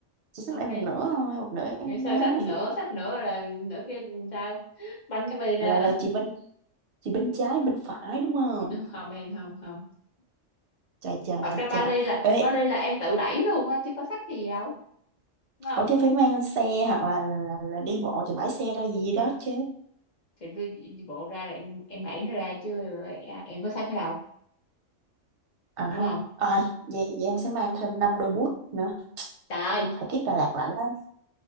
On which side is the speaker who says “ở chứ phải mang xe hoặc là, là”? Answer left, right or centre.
Right